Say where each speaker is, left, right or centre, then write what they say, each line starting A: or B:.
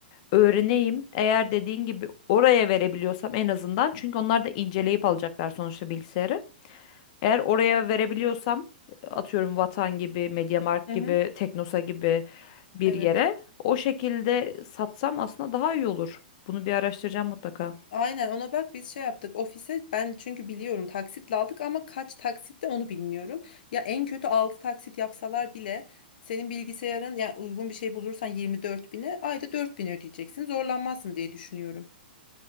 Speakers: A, on the left; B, on the left.
A: öğreneyim. Eğer dediğin gibi oraya verebiliyorsam en azından çünkü onlar da inceleyip alacaklar sonuçta bilgisayarı. Eğer oraya verebiliyorsam atıyorum Vatan gibi, MediaMarkt
B: Hı
A: gibi,
B: hı.
A: Teknosa gibi bir
B: Evet.
A: yere o şekilde satsam aslında daha iyi olur. Bunu bir araştıracağım mutlaka.
B: Aynen ona bak biz şey yaptık ofise ben çünkü biliyorum taksitle aldık ama kaç taksitte onu bilmiyorum. Ya en kötü 6 taksit yapsalar bile senin bilgisayarın yani uygun bir şey bulursan yirmi dört bine ayda 4 bin ödeyeceksin zorlanmazsın diye düşünüyorum.